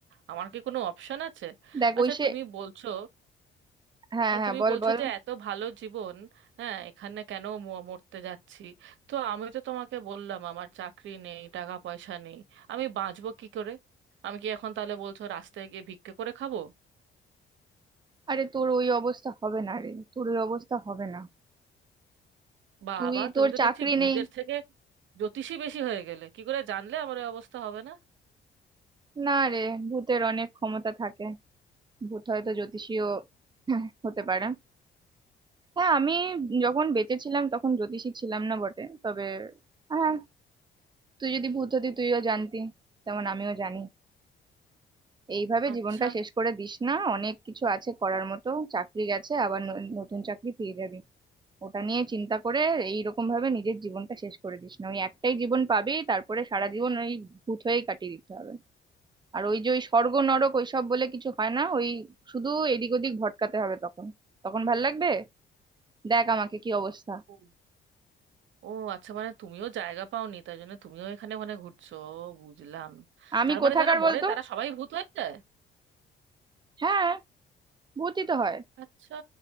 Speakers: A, on the right (about 70°); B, on the right (about 20°).
A: আমার কি কোনো অপশন আছে
B: দেখ
A: আচ্ছা
B: ওই সে
A: তুমি বলছো
B: হ্যাঁ
A: তা
B: হ্যাঁ
A: তুমি
B: বল
A: বলছো
B: বল
A: যে এত ভালো জীবন হ্যাঁ এখানে কেন ম- মরতে যাচ্ছি তো আমি তো তোমাকে বললাম আমার চাকরি নেই টাকা পয়সা নেই আমি বাঁচবো কি করে আমি কি এখন তাহলে বলছো রাস্তায় গিয়ে ভিক্ষে করে খাবো
B: আরে তোর ওই অবস্থা হবে না রে তোর ওই অবস্থা হবে না
A: বাবা
B: তুই তোর
A: তুমি তো
B: চাকরি
A: দেখছি ভূতের
B: নেই
A: থেকে জ্যোতিষী বেশি হয়ে গেলে কি করে জানলে আমার এই অবস্থা হবে না
B: না রে ভূতের অনেক ক্ষমতা থাকে ভূত হয়তো জ্যোতিষীও <laughs> হতে পারে হ্যাঁ আমি যখন বেঁচে ছিলাম তখন জ্যোতিষী ছিলাম না বটে তবে হ্যাঁ তুই যদি ভূত হতি তুইও জানতি তেমন আমিও জানি এইভাবে
A: আচ্ছা
B: জীবনটা শেষ করে দিস না অনেক কিছু আছে করার মতো চাকরি গেছে আবার ন- নতুন চাকরি পেয়ে যাবি ওটা নিয়ে চিন্তা করে এইরকম ভাবে নিজের জীবনটা শেষ করে দিস না ওই একটাই জীবন পাবি তারপরে সারা জীবন ওই ভূত হয়েই কাটিয়ে দিতে হবে আর ওই যে ওই স্বর্গ নরক ওইসব বলে কিছু হয় না ওই শুধু এদিক ওদিক ভটকাতে হবে তখন তখন ভাল লাগবে দেখ আমাকে কি অবস্থা
A: ও ও, আচ্ছা মানে তুমিও জায়গা পাওনি তাই জন্য তুমিও এখানে ওখানে ঘুরছো ও বুঝলাম
B: আমি
A: তার
B: কোথাকার
A: মানে যারা মরে
B: বলতো
A: তারা সবাই ভূত হয়ে যায়
B: হ্যাঁ ভূতই তো হয়
A: আচ্ছা